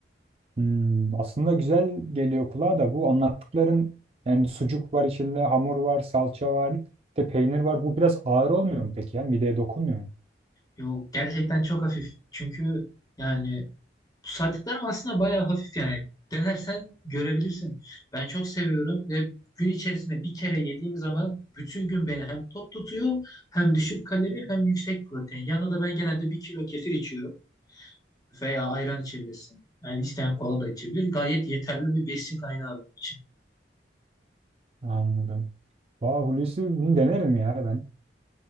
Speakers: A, on the right; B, on the left.
A: Hmm, aslında güzel geliyor kulağa da bu anlattıkların yani sucuk var içinde, hamur var, salça var, bir de peynir var. Bu biraz ağır olmuyor mu peki ya? Mideye dokunmuyor mu?
B: Yok, gerçekten çok hafif. Çünkü yani Saydıklarım aslında bayağı hafif yani. Denersen görebilirsin. Ben çok seviyorum ve gün içerisinde bir kere yediğim zaman bütün gün beni hem tok tutuyor hem düşük kalori hem yüksek protein. Yanına da ben genelde bir kilo kefir içiyorum veya ayran içebilirsin. Yani isteyen kola da içebilir. Gayet yeterli bir besin kaynağı benim için.
A: Anladım. Vah Hulusi bunu denerim ya ben.